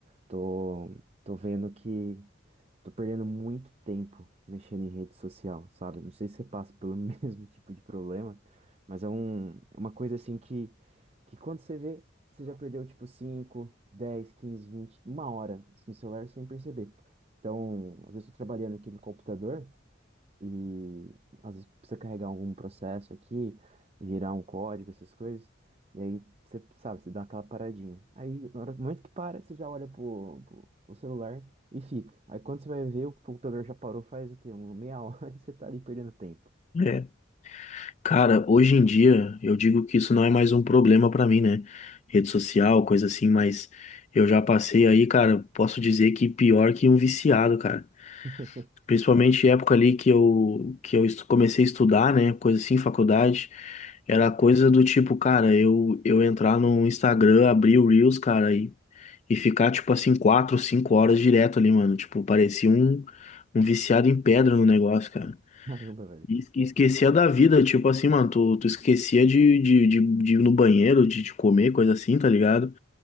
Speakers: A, on the right; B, on the left.
A: Tô, tô vendo que Tô perdendo muito tempo mexendo em rede social, sabe? Não sei se você passa pelo <laughs> mesmo tipo de problema, mas é um, é uma coisa assim que, que quando você vê, você já perdeu tipo 5, 10, 15, 20, uma hora no celular sem perceber. Então, às vezes eu tô trabalhando aqui no computador. E às vezes precisa carregar algum processo aqui, girar um código, essas coisas. E aí você sabe, você dá aquela paradinha. Aí, na hora- no momento que para, você já olha pro, pro, pro celular e fica. Aí quando você vai ver, o computador já parou faz o quê? Uma meia hora <laughs> e você tá ali perdendo tempo.
B: É. Cara, hoje em dia eu digo que isso não é mais um problema pra mim, né? Rede social, coisa assim, mas eu já passei aí, cara, posso dizer que pior que um viciado, cara.
A: <laughs>
B: Principalmente época ali que eu que eu estu- comecei a estudar, né? Coisa assim, faculdade. Era coisa do tipo, cara, eu eu entrar no Instagram, abrir o Reels, cara, e e ficar, tipo assim, quatro, cinco horas direto ali, mano. Tipo, parecia um, um viciado em pedra no negócio, cara.
A: Caramba, velho.
B: E esque- Esquecia da vida, tipo assim, mano, tu, tu esquecia de, de, de, de ir no banheiro, de, de comer, coisa assim, tá ligado?